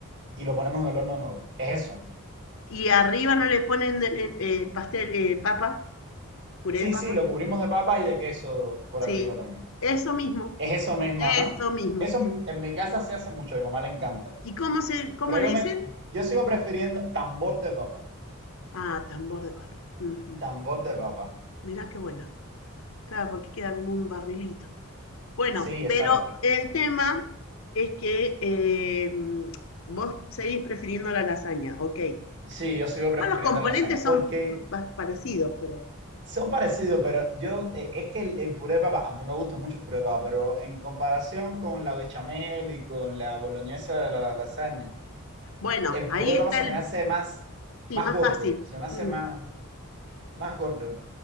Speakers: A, on the right (about 55°); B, on the left (about 65°).
A: y lo ponemos en el horno nuevo. Es eso.
B: Y arriba no le ponen de- eh, eh, pastel, eh, papa, puré
A: Sí,
B: de papa.
A: sí, lo cubrimos de papa y de queso por
B: Sí,
A: arriba también.
B: eso mismo,
A: Es eso mismo,
B: eso
A: ¿no?
B: mismo.
A: Eso en, en mi casa se hace mucho, a mi mamá le encanta.
B: ¿Y cómo se, cómo
A: Pero
B: le
A: yo,
B: dicen?
A: me, yo sigo prefiriendo tambor de papa,
B: Ah, tambor de papa. Ujú.
A: tambor de papa.
B: Mirá qué bueno. Claro, porque queda como un barrilito. Bueno,
A: Sí, exacto.
B: pero el tema es que eh, vos seguís prefiriendo la lasaña, ok.
A: Sí, yo sigo
B: Igual
A: prefiriendo
B: los componentes
A: la lasaña, porque
B: son pa- parecidos, pero
A: son parecidos, pero yo, eh, es que el, el puré de papa, a mí me gusta mucho el puré de papa, pero en comparación con la bechamel y con la boloñesa de la, la lasaña,
B: bueno,
A: el puré
B: ahí
A: de
B: está
A: papa se
B: el
A: me hace más,
B: sí,
A: más
B: más
A: gordo,
B: fácil.
A: se me hace
B: Mm,
A: más, más gordo.